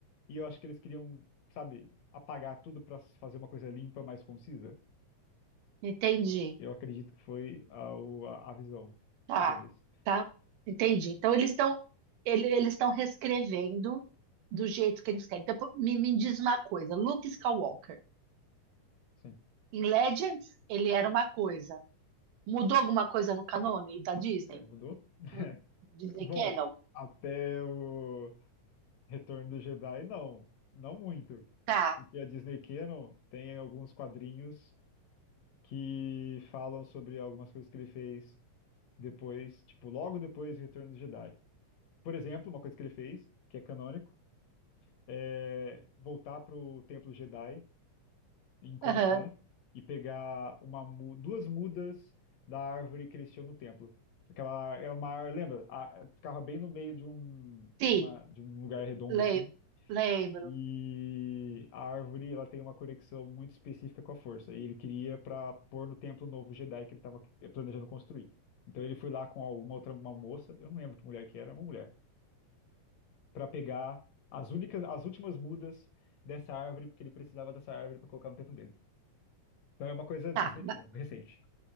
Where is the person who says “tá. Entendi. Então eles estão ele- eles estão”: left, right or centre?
Right